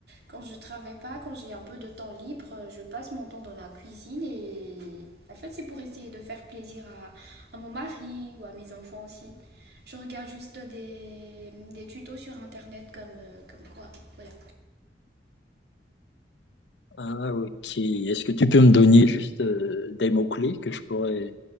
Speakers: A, on the right; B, on the left.
A: quand je travaille pas, quand j'ai un peu de temps libre, euh, je passe mon temps dans la cuisine et en fait c'est pour essayer de faire plaisir à, à mon mari ou à mes enfants aussi. Je regarde juste des, des tutos sur internet comme, euh, comme quoi. Voilà.
B: Ah, ok. Est-ce que tu peux me donner juste euh, des mots-clés que je pourrais